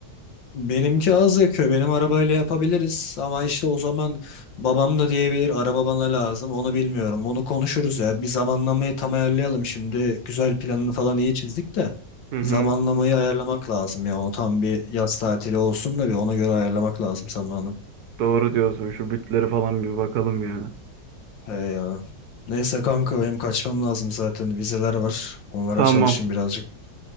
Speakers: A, on the left; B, on the right.
A: Benimki az yakıyor. Benim arabayla yapabiliriz ama işte o zaman babam da diyebilir araba bana lazım. Onu bilmiyorum. Onu konuşuruz ya. Bir zamanlamayı tam ayarlayalım şimdi. Güzel planını falan iyi çizdik de
B: Hı hı.
A: zamanlamayı ayarlamak lazım ya. Onu tam bir yaz tatili olsun da bir ona göre ayarlamak lazım zamanı.
B: Doğru diyorsun. Şu bütleri falan bir bakalım ya.
A: He ya. Neyse kanka benim kaçmam lazım zaten. Vizeler var. Onlara
B: Tamam.
A: çalışayım birazcık.